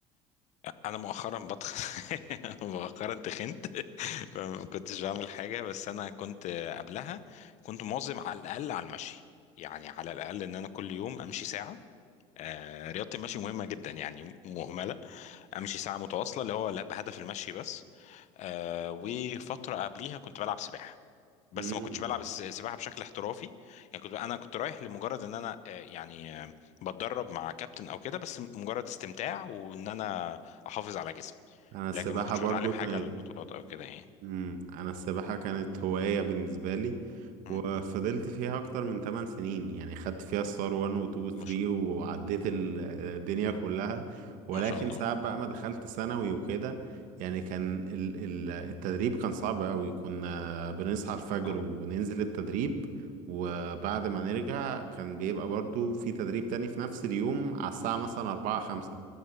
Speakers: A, on the left; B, on the right.
A: انا مؤخرا بتخن <laughs> مؤخرا تخنت <laughs> فما كنتش بعمل حاجه بس انا كنت قبلها كنت مواظب على الاقل على المشي يعني على الاقل ان انا كل يوم امشي ساعه آه، رياضه المشي مهمه جدا يعني مهمله امشي ساعه متواصله اللي هو لا بهدف المشي بس آه وفتره قبليها كنت بلعب سباحه بس
B: مم.
A: ما كنتش بلعب الس- السباحه بشكل احترافي يعني كنت انا كنت رايح لمجرد ان انا آه، يعني آه، بتدرب مع كابتن او كده بس مجرد استمتاع وان انا احافظ على جسمي
B: أنا السباحة
A: لكن ما كنتش
B: برضو
A: بتعلم
B: كانت
A: حاجه للبطولات او كده يعني
B: امم انا السباحة كانت هواية بالنسبة لي
A: مم.
B: وفضلت فيها اكتر من 8 سنين يعني خدت فيها الصار 1 و 2 و 3
A: ما شاء
B: وعديت ال- الدنيا كلها ولكن
A: ما شاء الله
B: ساعات بقى ما دخلت ثانوي وكده يعني كان ال- ال- التدريب كان صعب قوي كنا بنصحى الفجر
A: اه
B: وننزل التدريب وبعد ما نرجع كان بيبقى برضو في تدريب تاني في نفس اليوم على الساعة مثلا
A: مم.
B: 4 5